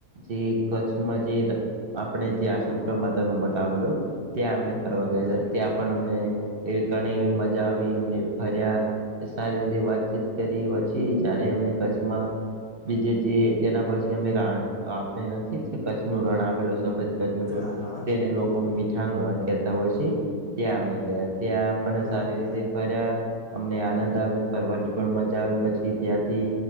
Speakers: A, on the right (about 50°); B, on the left (about 55°).
A: જે કચ્છમાં જે આપણે જે આશાપુરા માતા ન મઢ આવેલો ત્યાં અમે ફરવા
B: બરોબર
A: ગયા ત્યાં પણ અમને ઘણી એવી મજા આવી અમને ફર્યા. સારી રીતે વાતચીત કરી પછી જારે અમે કચ્છમાં બીજે જે તેના પછી અમે રણ આપણે નથી જે કચ્છ નું રણ આવેલું સફદ
B: હા હા
A: તેને લોકો મીઠાનું રણ કેતા હોય છે ત્યાં અમે ગયા ત્યાં પણ
B: બરોબર
A: સારી રીતે ફર્યા અમને આનંદ આવ્યો ફરવાની પણ મજા આવી પછી ત્યાંથી